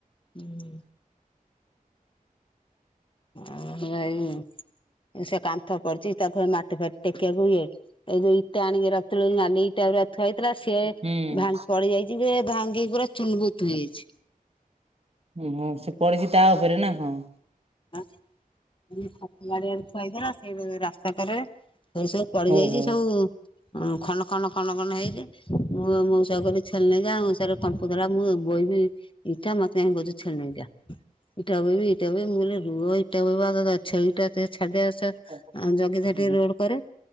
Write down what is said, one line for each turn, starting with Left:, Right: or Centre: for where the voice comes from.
Left: <inaudible> ଆଉ ଏଇ ସେ କାନ୍ଥ କରିଛି ତାକୁ ମା। ଏ ପ୍ରତେକାକୁ ଇଏ ଏଇ ଯୋଉ ଇଟା ଆଣିକି ରଖଥିଲି ନାଲି। ଟାଗୁରା ଥୁଆ ହେଇଥିଲା ସିଏ
Right: ହୁଁ
Left: ଭାଙ୍ଗ ପଲେଇଆଇଚି ଯେ ଭାଙ୍ଗିକି ପୁରା ଚୁନବୁତ ହେଇଯାଇଛି।
Right: ଓହୋ ସେ ପଡିଛି ତା ଉପରେ ନା କଣ?
Left: <inaudible> ବାରିଆଡେ ଥୁଆ ହେଇଥିଲା ସେଇ ଯୋଉ ରାସ୍ତା କରରେ ସେ ସବୁ ପଡିଯାଇଚି
Right: ଓହୋ।
Left: ସବୁ। ହଁ ଖନ ଖନ ଖନ ମନ ହେଇଚି ମୁଁ ମୁଁ ସେଇଆ କଲି ଛେଲିଯାଉଁ ସେରା କମ୍ପ ଦ୍ୱାରା ମୁଁ ବଇବି ଇଟା ମ ତେ କହୁଚି ଛେଳିନେଇକି ଯା ଇଟା ବୋହିବି ଇଟା ବୋହିବି ମୁଁ କହିଲି ରୁହ ଇଟା ବୋହିବ <unintelligible> ଛେଲିଟା ଟେ ଛାଡିଦେଇକି ଆସ
Right: ଓହୋ
Left: ଆ ଜଗିଥାଏ ଟିକେ ରୋଡ କରେ।